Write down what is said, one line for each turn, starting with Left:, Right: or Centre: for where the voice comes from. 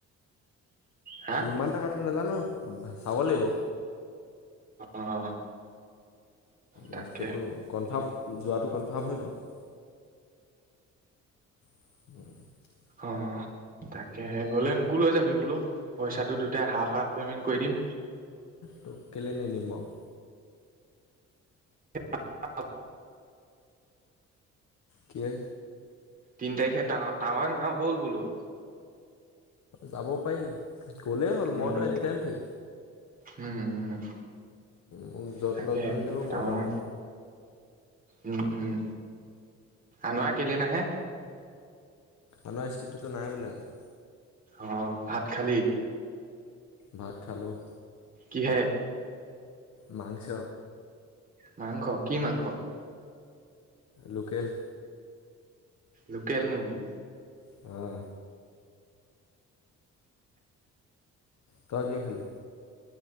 Right: হা?
Left: ইমানটা কথা নাজানো, চাব লাগিব
Right: অ', তাকে
Left: বস্তুটো কনফাৰ্ম যোৱাটো কনফাৰ্ম হৈ লওক <unintelligible>
Right: অ', তাকেহে গ'লে মোকো লৈ যাবি বোলো, পইচাটো দুইটাই হাফ-হাফ পেমেণ্ট কৰি দিম
Left: তোক কেলে নিনিম আৰু
Right: অ', <unintelligible>
Left: কিয়ে
Right: তিনি তাৰিখে টা-টাৱাঙ যাওঁ ব'ল বোলো
Left: যাব পাৰি, গ'লেই হ'ল
Right: উম,
Left: মইতো এনি টাইম ফ্ৰী
Right: উম', উম'
Left: মোক য'ত
Right: তাকে
Left: লগ ধৰিলেও
Right: টাৱাং
Left: মই যাম
Right: উম, উম আনোৱা কেলে নাহে
Left: আমাৰ স্কুটিটো নাই বোলে আজি
Right: অহ' ভাত খালি
Left: ভাত খালো
Right: কিহেৰে
Left: মাংস
Right: মাংস, কি মাংস?
Left: লোকেল
Right: লোকেল মুৰ্গী
Left: অহ, তাই কি খালি?